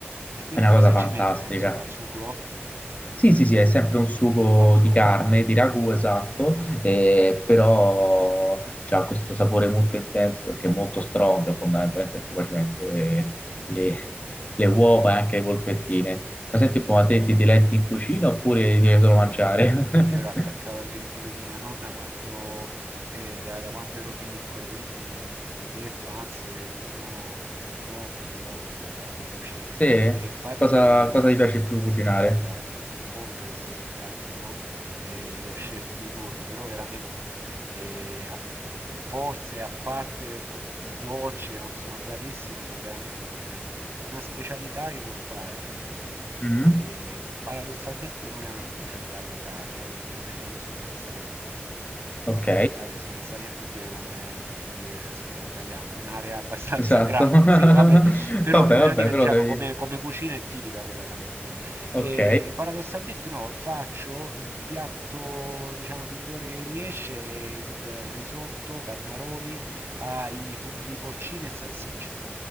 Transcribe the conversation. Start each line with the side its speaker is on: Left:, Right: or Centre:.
Right: e quindi
Left: è una
Right: cosa
Left: cosa fantastica.
Right: ci mette sopra? Al sugo?
Left: Sì, sì, sì, è sempre un sugo
Right: Al sugo.
Left: di carne, di ragù, esatto, eh, però ha questo sapore molto intenso perché è molto strong, fondamentalmente, perché poi ci mette le, le uova e anche le polpettine. Ma senti un po', ma te ti diletti in cucina oppure devi
Right: Sì,
Left: solo
Right: io
Left: mangiare?
Right: ero attaccato
Left: <laughs>
Right: al grembiule di mia nonna quando, eh, da, da quando ero piccolo, quindi mi diletto, anzi è, uno, è un hobby proprio la, la- la cucina.
Left: Sì?
Right: E infatti,
Left: Cosa, cosa ti
Right: s-
Left: piace più cucinare?
Right: guarda, non voglio adesso sembrarti, no? eh, lo chef di turno, però veramente e a- forse a parte co- i dolci che non sono bravissimo, so veramente cucinare di tutto. Una specialità che so fare,
Left: Mm?
Right: eh, paradossalmente non è una specialità locale, eh, quindi non è- io sono del Salento.
Left: Ok,
Right: E vabbè, sono del Salento e dire come se dire sono italiano è un'area <laughs> abbastanza
Left: esatto.
Right: grande,
Left: <laughs> Vabbè,
Right: sì, vabbè, però ti voglio
Left: vabbè,
Right: dire,
Left: però
Right: diciamo,
Left: sei...
Right: come, come cucina è tipica quella salentina.
Left: Ok.
Right: E paradossalmente no, faccio il piatto, diciamo, migliore che riesce, è il risotto carnaroli ai funghi porcini e salsiccia.